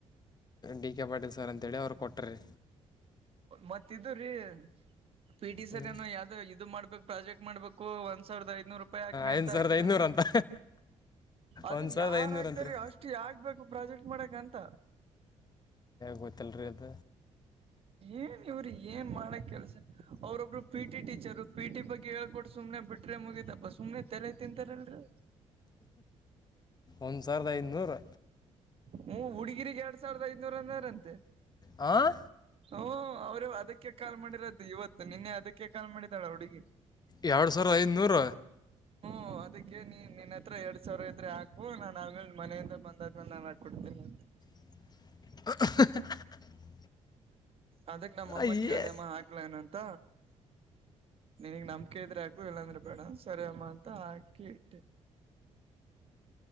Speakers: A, on the left; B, on the right.
A: ಡಿ-ಕೆ ಪಾಟೀಲ್ ಸರ್ ಅಂತೇಳಿ ಅವ್ರು ಕೊಟ್ಟಿರಿ.
B: ಮತ್ತ್ ಇದುರಿ ಪಿಟಿ
A: ಹ್ಞೂ
B: ಸರ್ ಏನೋ ಯಾರ್ದೋ ಇದು ಮಾಡಬೇಕು ಪ್ರಾಜೆಕ್ಟ್ ಮಾಡ್ಬೇಕು ಒಂದ್ ಸಾವಿರದ ಐದ್ನೂರು ರೂಪಾಯಿ ಹಾಕ್ರೀ
A: ಐದು
B: ಅಂತ
A: ಸಾವಿರದ
B: ಹಾಕಿದಾರೇ
A: ಐದುನೂರು ಅಂತ
B: ಅದನ್
A: ಒಂದು ಸಾವಿರದ
B: ಯಾರ್
A: ಐದುನೂರು
B: ಹಾಕ್ತಾರೀ
A: ಅಂತ್ರಿ
B: ಅಷ್ಟ ಯಾಕ್ಬೇಕು ಪ್ರಾಜೆಕ್ಟ್ ಮಾಡಾಕಂತ.
A: ಗೊತ್ತಿಲ್ರಿ ಅದ.
B: ಏನ್ ಇವರು ಏನ್ ಮಾಡಾಕ್ ಕೆಲ್ಸ ಅವ್ರ್ ಒಬ್ಬರು ಪಿಟಿ ಟೀಚರು ಪಿಟಿ ಬಗ್ಗೆ ಹೇಳ್ಕೋಟ್ಟ್ ಬಿಟ್ರೆ ಮುಗೀತಪ್ಪಾ ಸುಮನೆ ತಲೆ ತಿಂತಾರರಲ್ರಿ
A: ಒಂದ್ ಸಾವಿರದ ಐದ್ನೂರ್.
B: ಹ್ಮು ಹುಡುಗಿರಿಗ್ ಎರಡ್ ಸಾವಿರದ ಐದನ್ನೂರು ಅಂದಾರಂತೆ.
A: ಹಾಂ
B: ಹು ಅವರು ಅದಕ್ಕೆ ಕಾಲ್ ಮಾಡಿರೋದು ಇವತ್ತು ನಿನ್ನೆ ಅದಕ್ಕೆ ಕಾಲ್ ಮಾಡಿದಾಳ ಆ ಹುಡುಗಿ.
A: ಎರಡು ಸಾವಿರ ಐದನ್ನೂರ.
B: ಹು ಅದಕ್ಕೆ ನೀ ನಿನ್ನ ಹತ್ರ ಎರಡ್ ಸಾವಿರ ಇದ್ರೆ ಹಾಕು ನಾನ್ ಆಮೇಲೆ ಮನೆಯಿಂದ ಬಂದಾದ್ಮೇಲೆ ನಾನ ಹಾಕಿ ಕೊಡ್ತೀನಿ
A: <unintelligible>
B: ಅದಕ್ ನಮ್ಮಮ್ಮ
A: ಅಯ್ಯೇ
B: ಕೇಳಿದೆಮ್ಮ ಹಾಕ್ಲೇನ್ ಅಂತ ನಿನಗ್ ನಂಬಿಕೆ ಇದ್ರೆ ಹಾಕು ಇಲ್ಲಾಂದ್ರೆ ಬೇಡ ಸರಿ ಅಮ್ಮ ಅಂತ ಹಾಕಿ ಇಟ್ಟೆ.